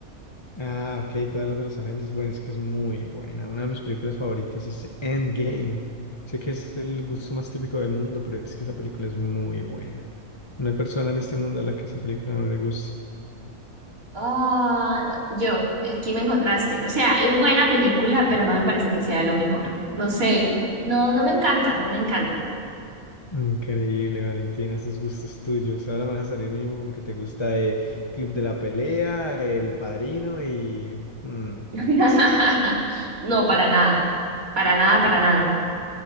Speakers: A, on the left (about 20°); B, on the right (about 70°).
A: Ah, ok, todas las de los Avengers. Bueno, es que es muy buena. Una de mis películas favoritas es Endgame. Sé que es el gusto más típico del mundo, pero es que esa película es muy buena. No hay persona en este mundo a la que esa película no le guste.
B: Ah, yo, aquí me encontraste. O sea, es buena película, pero no me parece que sea lo mejor. No sé, no, no me encanta, no me encanta.
A: Increíble, Valentina, esos gustos tuyos. Ahora me vas a salir mínimo con que te gusta eh, Club de la Pelea, El Padrino y... mm,
B: <laughs> No, para nada, para nada, para nada.